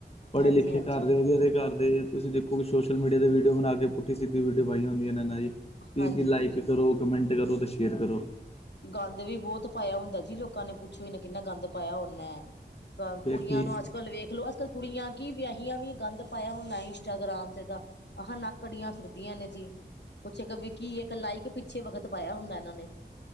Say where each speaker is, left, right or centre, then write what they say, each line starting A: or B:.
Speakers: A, on the left (about 35°); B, on the left (about 75°).
A: ਪੜ੍ਹੇ
B: ਹਾਂਜੀ,
A: ਲਿਖੇ
B: ਹਾਂਜੀ,
A: ਕਰਦੇ ਵਧੀਆ, ਦੇ ਕਰਦੇ ਤੁਸੀਂ ਦੇਖੋ ਸੋਸ਼ ਸੋਲ ਮੀਆ ਵੀਡਿਓ ਬਣਾ ਕੇ ਪੁੱਠ ਸਿੱਧੀ ਵੀਡੀਓ ਬਾਈ ਹੁੰਦੀ ਨੇ ਇਹਨਾਂ ਦੀ। ਪੀ
B: ਹਾਂਜੀ,
A: ਲਾਈਕ
B: ਹਾਂਜੀ
A: ਕਰੋ ਕਮੈਂਟ ਕਰੋ ਤੇ ਸ਼ੇਅਰ ਕਰੋ।
B: ਗੰਦ ਵੀ ਬਹੁਤ ਪਾਇਆ ਹੁੰਦਾ ਸੀ, ਲੋਕਾਂ ਨੇ ਪੁੱਛੋ ਹੀ ਨਾ ਕਿੰਨਾ ਗੰਦ ਪਾਇਆ ਨਾ ਹੈ।
A: ਫੇਰ
B: ਕੁੜੀਆਂ
A: ਠੀਕ
B: ਨੂੰ ਅੱਜ-ਕੱਲ ਵੇਖ ਲੋੋ। ਕੁੜੀਆਂ ਕੀ ਵਿਆਹੀ ਵੀ ਗੰਦ ਪਾਇਆ ਹੁੰਦਾ ਇੰਸਟਾਗ੍ਰਾਮ ਤੇ ਤਾਂ। ਆਹ ਨੱਕੜੀਆਂ ਫਿਰਦੀਆਂ ਨੇ ਜੀ, ਕੁਛ ਇੱਕ ਵਿਕੀਏ ਇੱਕ ਲਾਈ ਕੇ ਪਿੱਛੇ ਵਕਤ ਪਾਇਆ ਹੁੰਦਾ ਇਹਨਾਂ ਨੇ।